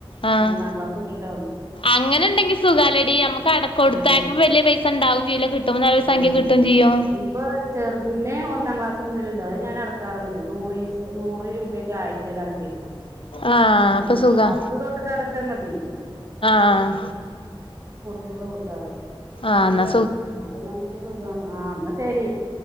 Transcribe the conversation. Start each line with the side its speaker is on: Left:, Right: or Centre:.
Left: ആഹ്
Right: മൂന്നാം ക്ലാസ് തൊട്ടിട്ട
Left: അങ്ങനെ ഉണ്ടെങ്കി സുഖാലടി നമ്മുക്ക് അട കൊടുത്തക്കുമ്പോ
Right: ആഹ്
Left: വലിയ പൈസ ഉണ്ടാവും ചെയ്യില്ല കിട്ടുമ്പോ നല്ലൊരു സംഖ്യ
Right: ആഹ്
Left: കിട്ടും
Right: ആഹ്
Left: ചെയ്യും
Right: ഇപ്പൊ ചെറുതിന്റെ ഒന്നാം ക്ലാസ് മുതലിണ്ട് അത് ഞാൻ അടക്കാറുണ്ട് നൂറ് നൂറ് രൂപയക്കെ ആയ്ച്ചേല് അടക്കയില്
Left: ആഹ് അപ്പൊ
Right: ആ
Left: സുഖാ
Right: പത്ത് തൊട്ടിട്ട് അടച്ചാ മതി
Left: ആഹ്
Right: രുപേ കൊടുക്കാറ്
Left: ആഹ് അന്ന
Right: അപ്പൊ നമുക്ക് സുഖമാണ് ആഹ് എന്നാ ശരി